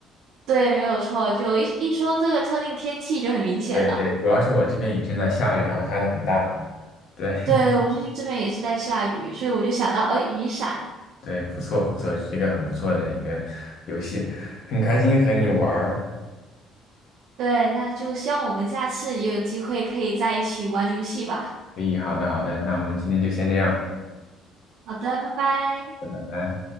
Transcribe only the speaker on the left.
对对，主要是我这边也正在下雨，然后下的很大。对
<laughs>
对，不错不错，是一个很不错的一个游戏，很开心和你玩儿。
可以，好的，好的，那我们今天就先这样，
拜拜。